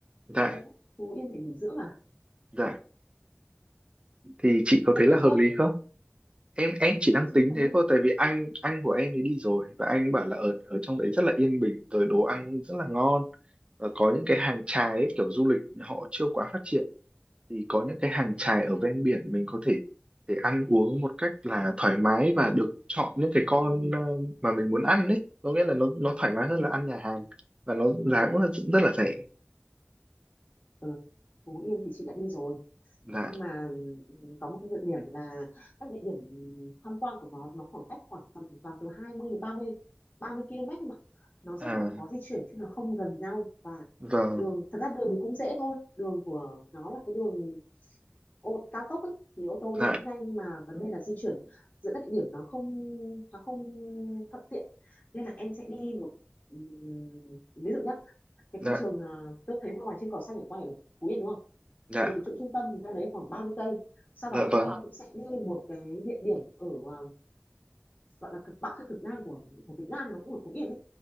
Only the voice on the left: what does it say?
Phú, Phú Yên để nghỉ dưỡng à
em
đi
chưa
chị
thấy
ừ,
ừ,
ừ. Phú Yên thì chị đã đi rồi
nhưng mà ừ, có một cái nhược điểm là các địa điểm tham quan của nó nó khoảng cách khoảng tầm toàn từ 20 đến ba mươi ba mươi km thôi mà nó rất
là khó di chuyển chứ nó không gần nhau và
đường thật ra đường thì cũng dễ thôi đường của nó là cái đường ô, cao tốc ấy thì ô tô đi
cũng nhanh nhưng mà vấn đề là di chuyển giữa các địa điểm nó không nó không thuận tiện nên là em sẽ đi một ừm, ví dụ nhá cái
phim trường à, tôi thấy hoa vàng trên cỏ xanh ở quay ở Phú Yên đúng không
từ cái chỗ trung tâm thì ra đấy khoảng ba mươi cây sau
đó
thì em cũng sẽ đi một cái địa điểm ở à, gọi là cực bắc hay cực nam của của Việt Nam nó cũng ở Phú Yên ấy